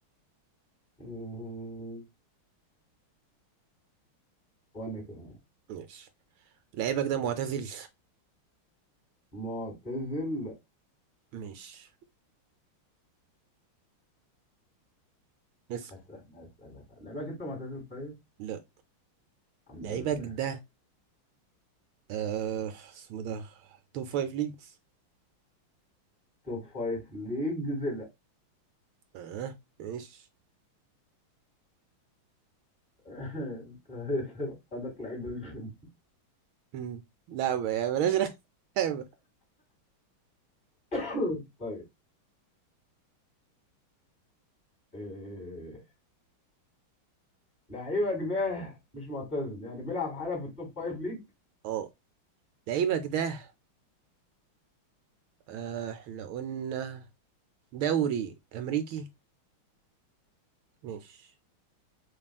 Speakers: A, on the left; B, on the right.
A: مم، وانا كمان
B: ماشي لعيبك ده معتزل
A: معتزل
B: ماشي اسم
A: هسألك هسألك لعبك انت معتزل طيب
B: لا
A: الحمد
B: لعيبك
A: لله
B: ده آه اسمه ده توب فايف ليجز
A: توب فايف ليجز
B: اه ماشي
A: <laughs> خدك لعيب رخم
B: مم. لا ما- يعني بلاش رخامة.
A: <coughs> طيب آه، لعيبك ده مش معتزل يعني بيلعب حالا في التوب فايف ليج
B: اه لعيبك ده آه احنا قلنا دوري امريكي ماشي